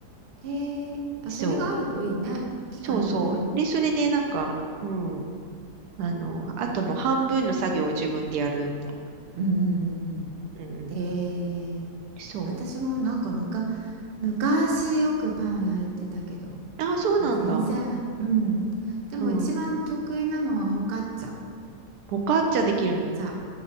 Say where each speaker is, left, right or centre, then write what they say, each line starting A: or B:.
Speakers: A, on the right (about 45°); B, on the right (about 80°).
A: へえ、あ、
B: そう、
A: それがあるといいね。機会がね。
B: そうそう。で、それでなんか、うんあの、あとの半分の作業を自分でやるみたいな。
A: うんうんうんうん。
B: うんうん。
A: で、
B: そ
A: 私もなんかむか、昔よくパン焼いてたけど、
B: う。ああ、そうなんだ。
A: もう全然、うん。でも一番得意なのはホカッチャ。
B: うん。
A: ホ
B: ボカッチャできるの
A: カッチャ。